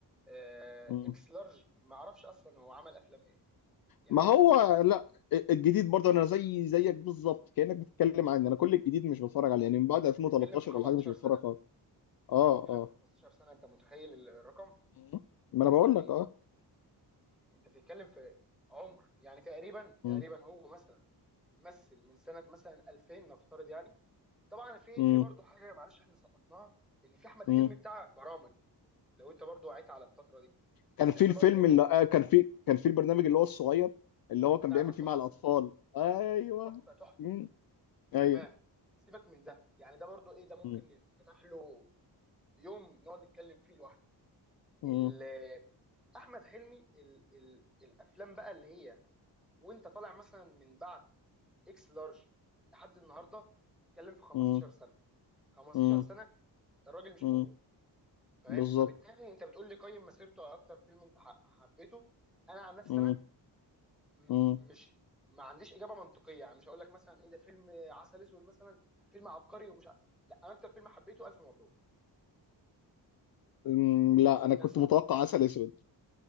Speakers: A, in the centre; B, on the left.
A: آه،
B: مم.
A: اكس لارج ما اعرفش اصلا هو عمل افلام ايه يعني
B: ما هو
A: فاهمني
B: لا الجديد برضه انا زي زيك بالظبط كأنك بتتكلم عني انا كل الجديد مش بتفرج عليه يعني من بعد
A: انت
B: 2013
A: بتتكلم في 15
B: ولا حاجة مش بتفرج
A: سنه
B: خالص اه
A: انت بتتكلم
B: اه
A: في 15 سنه انت متخيل ال- الرقم
B: مم. ما
A: فاهم
B: انا بقول
A: يعني
B: لك اه
A: انت بتتكلم في عمر يعني تقريبا تقريبا
B: مم.
A: هو مثلا مثل من سنه مثلا 2000 نفترض يعني طبعا في
B: مم.
A: في برضه حاجه معلش احنا سقطناها ان في احمد
B: مم.
A: حلمي بتاع برامج لو انت برضه وعيت على الفتره دي
B: كان
A: بس
B: في
A: احنا
B: الفيلم
A: برضه
B: اللي
A: ايه
B: آه كان في كان في البرنامج اللي هو الصغير اللي هو
A: بتاع
B: كان بيعمل
A: الاطفال
B: فيه مع الأطفال ايوه
A: تحفه تحفه تحفه
B: مم. ايوه
A: تمام سيبك من ده يعني ده برضو ايه ده ممكن
B: مم.
A: نفتح له يوم نقعد نتكلم فيه لوحده
B: مم.
A: ال- احمد حلمي ال ال الافلام بقى اللي هي وانت طالع مثلا من بعد اكس لارج لحد النهارده اتكلم في 15
B: مم.
A: سنه 15
B: مم.
A: سنه الراجل مش
B: مم.
A: موجود فاهم
B: بالظبط
A: فبالتالي انت بتقول لي قيم مسيرته على اكتر فيلم انت ح- حبيته انا عن نفسي
B: مم.
A: م-
B: مم.
A: مش ما عنديش اجابه منطقيه يعني مش هقول لك مثلا ايه ده فيلم عسل اسود مثلا فيلم عبقري ومش ع... لا انا اكتر فيلم حبيته الف مبروك
B: مم. لا
A: عن
B: انا كنت
A: نفسي
B: متوقع
A: انا
B: عسل اسود